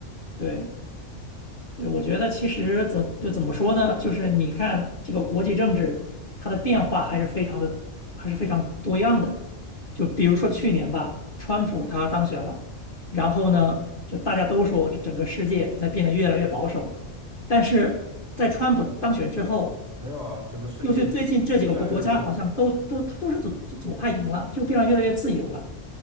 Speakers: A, on the left; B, on the right.
A: 对对，我觉得其实怎就怎么说呢？就是你看这个国际政治，它的变化还是非常的还是非常多样的。就比如说去年吧，川普他当选了，然后呢，就大家都说这整个世界在变得越来越保守。但是在川普当选之后，
B: 没有啊，整个世界
A: 又就最近这几个国国家好像都都他都是左左左派赢了，
B: 越来越左了，
A: 就变得越来越自由了。